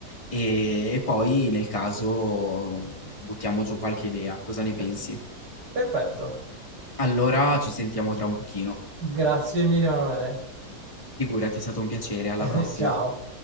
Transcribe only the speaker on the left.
e, e poi nel caso mm, buttiamo giù qualche idea, cosa ne
pensi?
Allora ci sentiamo tra un pochino.
Figurati, è stato un piacere, alla
prossima.